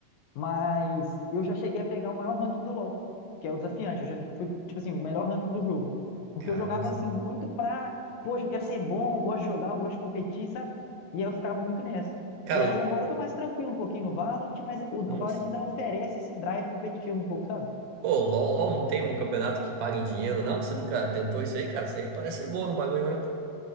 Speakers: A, on the left; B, on the right.
A: Mas eu já cheguei a pegar o maior ranking do LoL, que é o desafiante. Eu já fui, tipo assim, o melhor ranking do jogo. Porque
B: Caramba.
A: eu jogava assim muito pra, poxa, eu quero ser bom, eu gosto de jogar, eu gosto de competir, sabe? E aí eu ficava muito nessa.
B: Cara,
A: E aí
B: o-
A: agora eu tô mais tranquilo um pouquinho no Valorant, mas o
B: nossa.
A: o Valorant ainda oferece esse drive competitivo um pouco, sabe?
B: Pô, o LOL, LOL não tem um campeonato que paga em dinheiro, não? Você nunca tentou isso aí, cara? Você parece ser bom no bagulho mesmo.